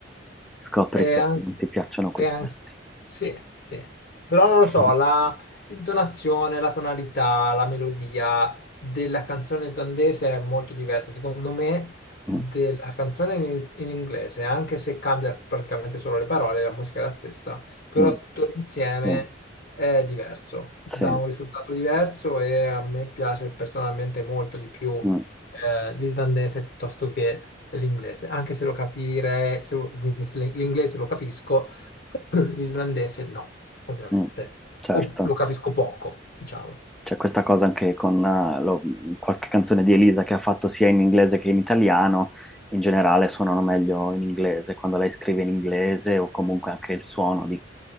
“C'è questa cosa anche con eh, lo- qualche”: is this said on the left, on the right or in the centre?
Centre